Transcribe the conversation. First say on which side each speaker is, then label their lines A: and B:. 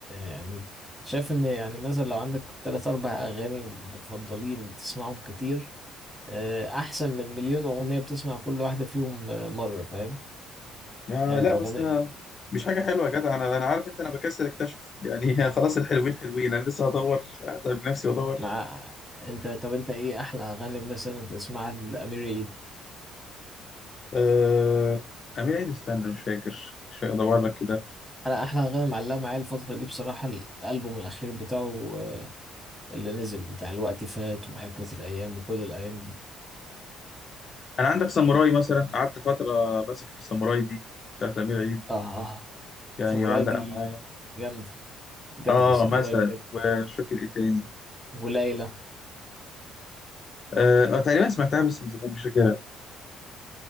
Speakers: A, in the centre; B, on the left (about 45°).
A: يعني شايف إن يعني مثلا لو عندك تلات أربع أغاني مفضلين بتسمعهم كتير آه، احسن من مليون اغنيه بتسمع كل واحده فيهم آه، مره فاهم
B: آه
A: يعني
B: لا
A: الاغنيه
B: بس أنا مش حاجه حلوه يا جدع انا انا عارف انت انا بكسل اكتشف يعني <laughs> خلاص الحلوين حلوين انا لسه هدور آه، طيب نفسي ادور
A: مع انت طب انت ايه احلى اغاني مثلا تسمعها لامير عيد
B: آه امير عيد استنى مش فاكر مش فاكر ادور لك كده
A: انا احلى اغاني معلقه معايا الفتره دي بصراحه الالبوم الاخير بتاعه آه، اللي نزل بتاع الوقت فات وحكمه الايام وكل الايام دي
B: انا عندك ساموراي مثلا قعدت فتره ماسك في الساموراي دي بتاعت امير عيد
A: اه
B: يعني
A: ساموراي
B: معلقه
A: دي
B: معايا
A: جامده جامده
B: اه
A: ساموراي
B: مثلا
A: بجد
B: ومش فاكر ايه تاني
A: وليلى
B: اه آه، تقريبا سمعتها بس من زمان مش فاكرها